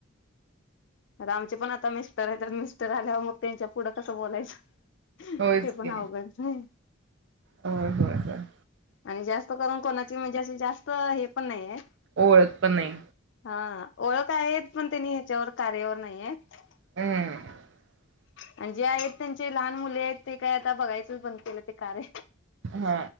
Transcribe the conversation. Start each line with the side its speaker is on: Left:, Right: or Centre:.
Left: अता आमचे पण आता मिस्टर आहे तर मिस्टर आल्यावर मग त्यांच्या पुढं कसं बोलायचं?
Right: होयच
Left: ते पण
Right: की
Left: अवघडच आहे
Right: होय होय होय
Left: आणि जास्त करून कोणाचे म्हणजे असे जास्त अ हे पण नाहीय?
Right: ओळख पण नाही.
Left: हा ओळख आहे पण त्यांनी ह्याच्यावर कार्यावर नाहीयत.
Right: हूं
Left: आणि जे आहेत त्यांचे लहान मुले ते काय आता बघायचंच बंद केलं ते कार्य.
Right: हा